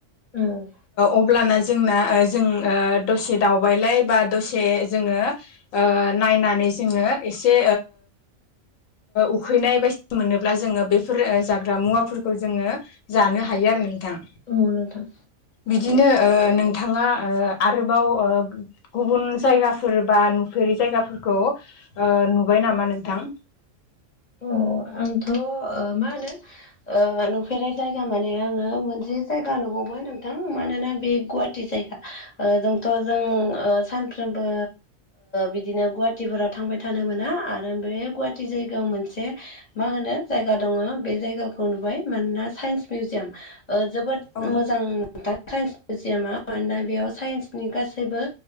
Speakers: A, on the left; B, on the left.
A: औ
B: अब्लाना जोंना जों दसे दावबायलाय बा दसे जोङो नायनानै जोङो एसे उखैनाय बायदिना मोनोब्ला जोङो बेफोर जाग्रा मुवाफोरखौ जोङो जानो हायो आरो नोंथां
A: औ नोंथां
B: बिदिनो नोंथाङा आरोबाव गुबुन जायगाफोर बा नुफेरि जायगाफोरखौ नुबाय नामा नोंथां
A: आंथ' मा होनो नुफेरनाय जायगा माने आङो मोनसे जायगा नुबावबाय नोंथां मानोना बे गुवाट जायगा जोंथ' जों सानफ्रोमबो बिदिनो गुवाहाटिफोराव थांबाय थानो मोना आरो बे गुवाहाटि जायगायाव मोनसे मा होनो जायगा दङ बे जायगाखौ नुबाय मानोना साइन्स मिउजियाम जोबोद
B: औ नोंथां
A: मोजांथां साइन्स मिउजियामा मानोना बेयाव साइन्सनि गासैबो